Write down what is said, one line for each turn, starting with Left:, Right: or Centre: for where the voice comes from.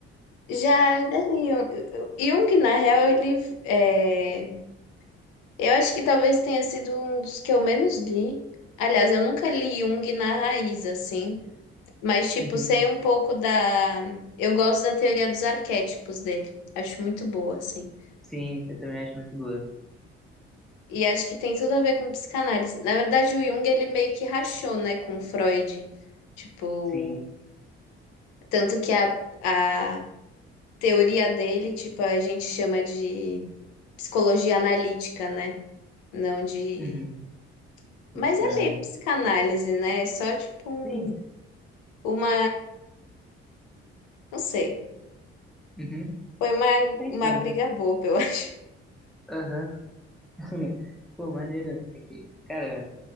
Left: Já, já li. Eu- eu- Jung, na real, ele. é, Eu acho que talvez tenha sido um dos que eu menos li. Aliás, eu nunca li Jung na raiz, assim. Mas, tipo,
Centre: Uhum.
Left: sei um pouco da. Eu gosto da teoria dos arquétipos dele. Acho muito boa, assim.
Centre: Sim, eu também acho muito boa.
Left: E acho que tem tudo a ver com psicanálise. Na verdade, o Jung, ele meio que rachou, né, com Freud. Tipo.
Centre: Sim.
Left: Tanto que a, a teoria dele, tipo, a gente chama de psicologia analítica, né? Não de.
Centre: Uhum.
Left: Mas
Centre: De psicanálise.
Left: é meio psicanálise, né? É só tipo um-
Centre: Sim.
Left: uma. Não sei.
Centre: Uhum.
Left: Foi uma,
Centre: É, Então.
Left: uma briga boba, eu <laughs> acho.
Centre: Aham. <laughs> Pô, maneiro. É que, cara,